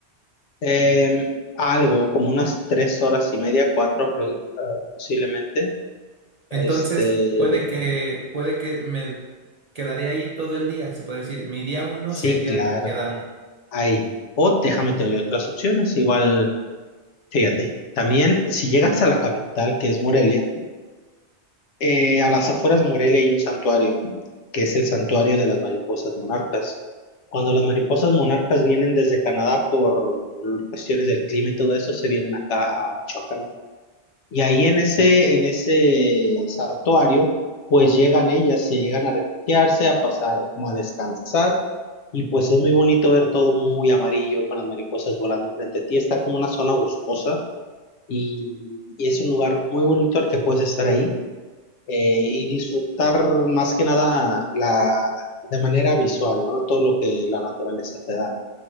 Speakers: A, on the left; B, on the right.
A: Eh, algo, como unas tres horas y media, cuatro pro- ah, posiblemente.
B: Entonces,
A: Este,
B: puede que, puede que me quedaría ahí todo el día, se puede decir. Mi día uno
A: sí,
B: sería
A: claro,
B: quedarme.
A: ahí. O déjame te doy otras opciones, igual, fíjate. También, si llegas a la capital, que es Morelia, eh, a las afueras de Morelia hay un santuario, que es el santuario de las mariposas monarcas. Cuando las mariposas monarcas vienen desde Canadá por cuestiones del clima y todo eso, se vienen acá a Michoacán. Y ahí en ese, en ese santuario, pues llegan ellas, se llegan a refugiarse, a pasar como a descansar. Y pues es muy bonito ver todo muy amarillo, con las mariposas volando frente a ti. Está como una zona boscosa y, y es un lugar muy bonito al que puedes estar ahí eh, y disfrutar más que nada la, de manera visual, ¿no? Todo lo que la naturaleza te da